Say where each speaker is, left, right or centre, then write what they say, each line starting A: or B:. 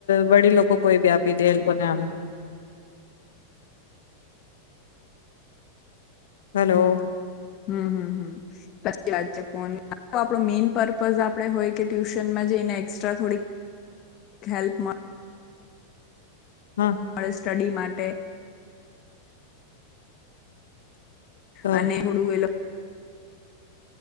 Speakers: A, on the left (about 60°); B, on the left (about 35°).
A: વડીલો કે કોઈ બી આપી દે લોકોને આમ. હલો
B: હમ હમ હમ હમ. સાચી વાત છે. ફોન આપ મેઈન પર્પઝ આપડે હોય કે ટ્યુશનમાં જઈને એક્સ્ટ્રા થોડીક હેલ્પ મળે.
A: હા
B: મળે સ્ટડી માટે. તે.
A: તો
B: અને હુડું એ લોકો